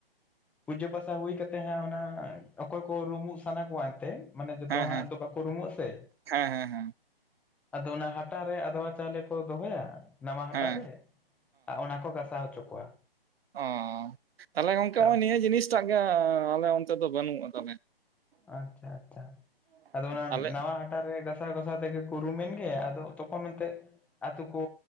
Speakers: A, in the centre; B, on the right.
A: ᱯᱩᱡᱟᱹ ᱯᱟᱥᱟ ᱦᱩᱭ ᱠᱟᱛᱮ ᱦᱟᱸᱜ ᱚᱱᱟ ᱚᱠᱚᱭ ᱠᱚ ᱨᱩᱢᱩᱜ ᱥᱟᱱᱟ ᱠᱚᱣᱟ ᱮᱱᱛᱮᱱ ᱢᱟᱱᱮ ᱡᱚᱛᱚ
B: ᱦᱮᱸ
A: ᱦᱟᱸᱜ
B: ᱦᱮᱸ
A: ᱫᱚ ᱵᱟᱠᱚ ᱨᱩᱢᱩᱜ ᱟᱥᱮ
B: ᱦᱮᱸ ᱦᱮᱸ ᱦᱮᱸ
A: ᱟᱫᱚ ᱚᱱᱟ ᱦᱟᱴᱟᱜ ᱨᱮ ᱟᱫᱽᱣᱟ ᱪᱟᱣᱞᱮ ᱠᱚ ᱫᱚᱦᱚᱭᱟ ᱱᱟᱣᱟ ᱦᱟᱴᱟᱜ
B: ᱦᱮᱸ
A: ᱨᱮ ᱟᱨ ᱚᱱᱟ ᱠᱚ ᱜᱟᱥᱟᱣ ᱦᱚᱪᱚ ᱠᱚᱣᱟ
B: ᱚᱸ ᱛᱟᱦᱞᱮ ᱜᱚᱢᱠᱮ
A: ᱛᱟᱵ
B: ᱱᱚᱜᱼᱚᱭ ᱱᱤᱭᱟᱹ ᱡᱤᱱᱤᱥᱴᱟᱜ ᱜᱮ ᱟᱞᱮ ᱚᱱᱛᱮ ᱫᱚ ᱵᱟᱹᱱᱩᱜᱼᱟ ᱛᱟᱞᱮ᱾
A: ᱟᱪᱪᱷᱟ ᱟᱪᱪᱷᱟ ᱟᱫᱚ ᱚᱱᱟ
B: ᱟᱞᱮ
A: ᱱᱟᱣᱟ ᱦᱟᱴᱟᱜ ᱨᱮ ᱜᱟᱥᱟ ᱜᱟᱥᱟ ᱛᱮᱜᱮ ᱠᱩ ᱨᱩᱢᱮᱱ ᱜᱮ ᱟᱫᱚ ᱛᱚᱠᱷᱚᱱ ᱚᱱᱛᱮ ᱟᱹᱛᱩ ᱠᱚ